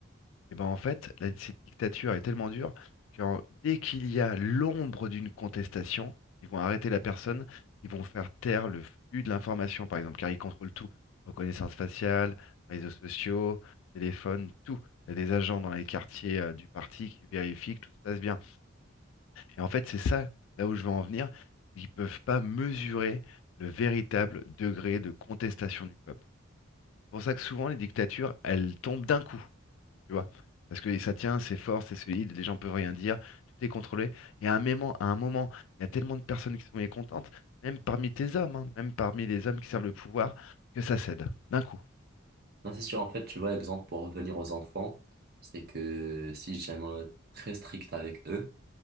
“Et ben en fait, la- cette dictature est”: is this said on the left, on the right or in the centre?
Left